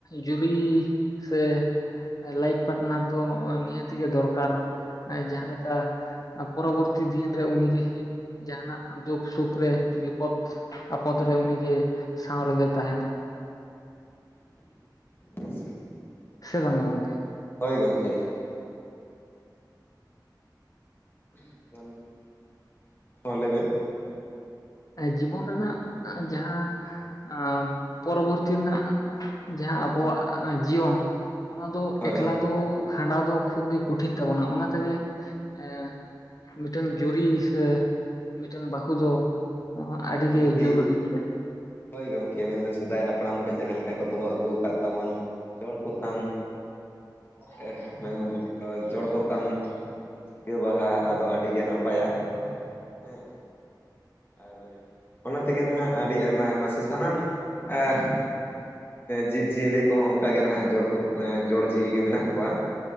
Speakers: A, on the left; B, on the left.
A: ᱡᱩᱨᱤ ᱥᱮ ᱞᱟᱭᱤᱯᱷ ᱯᱟᱴᱱᱟᱨ ᱫᱚ ᱱᱤᱦᱟᱹᱛ ᱜᱮ ᱫᱚᱨᱠᱟᱨ᱾ ᱡᱟᱦᱟᱸᱞᱮᱠᱟ ᱯᱚᱨᱚᱵᱚᱨᱛᱤ ᱫᱤᱱ ᱨᱮ ᱩᱱᱤ ᱜᱮ ᱡᱟᱦᱟᱸᱱᱟᱜ ᱫᱩᱠᱷ ᱥᱩᱠᱷ ᱨᱮ ᱵᱤᱯᱚᱫ ᱟᱯᱚᱫ ᱨᱮ ᱩᱱᱤ ᱜᱮ ᱥᱟᱶ ᱨᱮᱫᱚᱭ ᱛᱟᱦᱮᱸᱱᱟ᱾
B: <inaudible>
A: ᱥᱮ ᱵᱟᱝ-ᱟ ᱜᱚᱝᱠᱮ?
B: ᱦᱳᱭ, ᱜᱚᱝᱠᱮ᱾ <unintelligible> ᱦᱚᱸ ᱞᱟᱹᱭ ᱢᱮ᱾
A: ᱡᱤᱵᱚᱱ ᱨᱮᱱᱟᱜ ᱡᱟᱦᱟᱸ ᱟᱸ ᱯᱚᱨᱚᱵᱚᱨᱛᱤ ᱨᱮᱱᱟᱜ ᱡᱟᱦᱟᱸ ᱟᱵᱚᱣᱟᱜ ᱡᱤᱭᱚᱱ ᱚᱱᱟ ᱫᱚ
B: ᱦᱳᱭ
A: ᱮᱠᱞᱟ ᱫᱚ ᱠᱷᱟᱸᱰᱟᱣ ᱫᱚ ᱠᱷᱩᱵ ᱜᱮ ᱠᱩᱴᱷᱤᱱ ᱛᱟᱵᱚᱱ-ᱟ᱾ ᱚᱱᱟ ᱛᱮ ᱜᱮ- ᱮᱸ ᱢᱤᱫᱴᱮᱱ ᱡᱩᱨᱤ ᱥᱮ ᱢᱤᱫᱴᱮᱱ ᱵᱟᱹᱦᱩ ᱫᱚ ᱟᱹᱰᱤᱜᱮ
B: <inaudible> ᱱᱤᱦᱟ. ᱛᱤ
A: ᱡᱚᱨᱩᱨᱤ ᱜᱮᱭᱟ
B: ᱦᱳᱭ, ᱜᱚᱝᱠᱮ ᱢᱮᱱᱫᱚ ᱥᱮᱫᱟᱭ ᱦᱟᱯᱲᱟᱢ ᱠᱷᱚᱡ ᱡᱟᱦᱟᱸ ᱞᱮᱠᱟ ᱠᱚ ᱫᱚᱦᱚ ᱟᱹᱜᱩ ᱠᱟᱫ ᱛᱟᱵᱚᱱ ᱡᱚᱲ ᱯᱚᱛᱟᱢ <inaudible> ᱡᱚᱲ ᱯᱚᱛᱟᱢ ᱡᱚ ᱵᱟᱦᱟ ᱟᱫᱚ ᱟᱹᱰᱤ ᱜᱮ ᱱᱟᱯᱟᱭᱟ ᱦᱮᱸ ᱟᱨ ᱚᱱᱟ ᱛᱮ ᱜᱮ ᱱᱟᱦᱟᱜ ᱟᱹᱰᱤ ᱟᱭᱢᱟ ᱟᱭᱢᱟ ᱥᱮ ᱥᱟᱱᱟᱢ ᱮᱸ ᱡᱤᱵᱽᱼᱡᱤᱭᱟᱹᱞᱤ ᱠᱚᱦᱚᱸ ᱚᱱᱠᱟ ᱜᱮ ᱱᱟᱜ ᱡᱚᱲ ᱯᱚ, ᱡᱚᱲ ᱡᱤᱣᱤ ᱜᱮ ᱢᱮᱱᱟᱜ ᱠᱚᱣᱟ᱾